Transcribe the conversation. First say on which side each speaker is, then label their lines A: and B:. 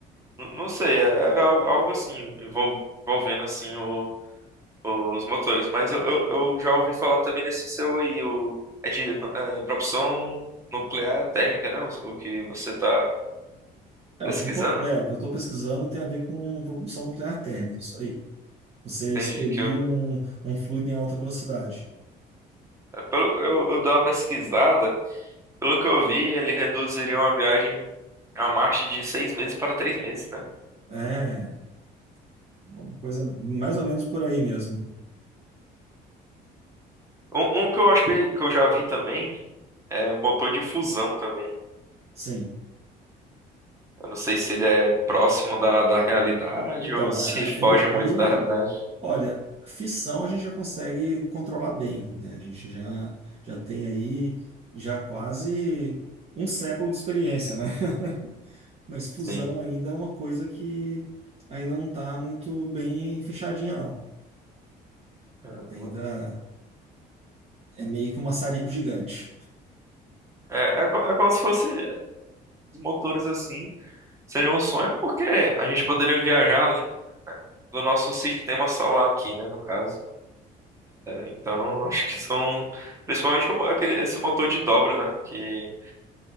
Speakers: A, on the right; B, on the right.
A: N- Não, sei, é- era al- algo assim envol- envolvendo assim o- os motores, mas eu, eu, eu já ouvi falar também desse seu aí, o é de nu- é, propulsão nuclear térmica, né? O, o que você está
B: É,
A: pesquisando?
B: o que eu tô, é, o que eu tô pesquisando tem a ver com propulsão nuclear térmica, isso aí. Você
A: Entendi
B: expelir
A: que eu,
B: um, um fluido em alta velocidade.
A: é, pelo, eu, eu dou uma pesquisada Pelo que eu vi, ele reduziria uma viagem a Marte de seis meses para três meses, né?
B: É, uma coisa mais ou menos por aí mesmo.
A: Um, um que eu achei que eu já vi também é motor de fusão também.
B: Sim.
A: Eu não sei se ele é próximo da, da realidade
B: Então,
A: ou se
B: a- a-
A: foge
B: aí,
A: muito
B: aí,
A: da realidade.
B: olha, fissão a gente já consegue controlar bem, né? A gente já, já tem aí já quase um século de experiência, né? <laughs> Mas fusão
A: Sim.
B: ainda é uma coisa que ainda não está muito bem fechadinha, não.
A: Caramba.
B: Ainda é meio que um maçarico gigante.
A: É, é, co- é como se fosse os motores assim. Seria um sonho porque a gente poderia viajar além, né, do nosso sistema solar aqui, né, no caso. Então, <laughs> acho que são principalmente o mo- aquele, esse motor de dobra, né, que